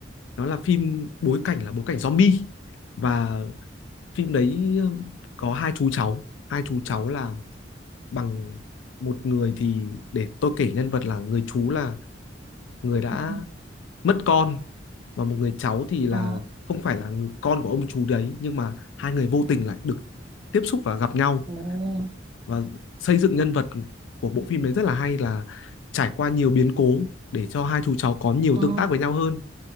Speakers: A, on the left; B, on the right.
A: nó là phim bối cảnh là bối cảnh zombie và phim đấy um, có hai chú cháu hai chú cháu là bằng một người thì để tôi kể nhân vật là người chú là người đã
B: Ờ.
A: mất con và một người cháu thì là
B: Ồ.
A: không phải là con của ông chú đấy nhưng mà hai người vô tình lại được tiếp xúc và gặp nhau
B: Ồ.
A: và xây dựng nhân vật của bộ phim đấy rất là hay là trải qua nhiều biến cố để cho hai chú cháu có nhiều
B: Ờ.
A: tương tác với nhau hơn